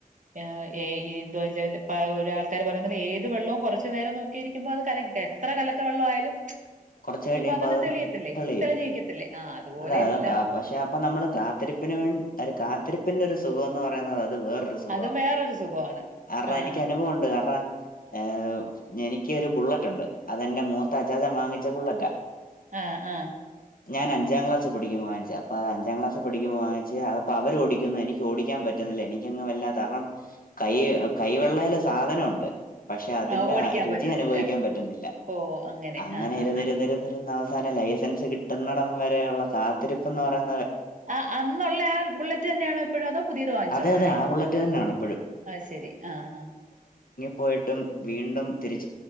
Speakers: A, on the right; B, on the left.
A: <unintelligible> ആൾക്കാര് പറയണ ഏത് വെള്ളവും കുറച്ചു നേരം നോക്കിയിരിക്കുമ്പോ അത് കല എത്ര കലക്ക വെള്ള ആയാലും
B: കുറച്ച് കഴിയുമ്പോ
A: അതങ്ങ്
B: അത്
A: തെളിയത്തില്ലേ
B: തെളിയും
A: തെളിഞ്ഞു നിക്കത്തില്ലേ ആഹ് അതുപോലെയല്ല
B: അതാ അതൊ കാ പക്ഷെ അപ്പൊ നമ്മള് കാത്തിരിപ്പിന് വേണ്ടി ഒരു കാത്തിരിപ്പിന്റൊരു സുഖോന്ന് പറയുന്നത് അത് വേറെരു സുഖാ
A: അതും വേറൊരു സുഖമാണ്
B: കാറാണം
A: ആഹ്
B: എനിക്ക് അനുഭവേണ്ട് കാറാണം ആ എനിക്ക് ഒരു ബുള്ളറ്റ് ഉണ്ട് അതെന്റെ മൂത്ത അജാസ വാങ്ങിച്ച് ചുള്ളറ്റ
A: ആഹ ആഹ
B: ഞാൻ അഞ്ചാം ക്ലാസ് പഠിക്ക്പോൾ വാങ്ങിച്ചു അപ്പൊ അത് അഞ്ചാം ക്ലാസ്ൽ പഠിക്കുമ്പോ വാങ്ങിച്ചു അപ്പൊ അവര് ഓടിക്കുന്നു എനിക്ക് ഓടിക്കാൻ പറ്റുന്നില്ല എനിക്കങ്ങങ് വല്ല കാരണം കൈ കൈവെള്ളൽ സാധനംുണ്ട് പക്ഷെ അതിന്റെ
A: ആഹ് ഓടിക്കാൻ
B: രുചി
A: പറ്റുന്നില്ല
B: അനുഭവിക്കാൻ പറ്റുന്നില്ല
A: ഓ
B: അങ്ങനെ
A: ആഹ് ആഹ്
B: ഇരിരുന്നിരുന്നിന്ന
A: ആഹ്
B: അവ അവാന ലൈസൻസ് കിട്ടുന്നടം വരെയ ഉുള്ള കാത്തിരിപ്പ് എന്ന് പറയാ
A: ആ അന്നുള്ള ആ ബുള്ളറ്റ് തന്നെയണോ എപ്പോഴും അതോ പുതിയത് വാങ്ങിച്ചോ
B: അതെ
A: വേറെ
B: അതെ ആ ബുള്ളറ്റ് തന്നെയാണ് ഇപ്പോഴും
A: അ ശരി ആഹ ആ
B: പോയിട്ടും വീണ്ടും തിരിച്ച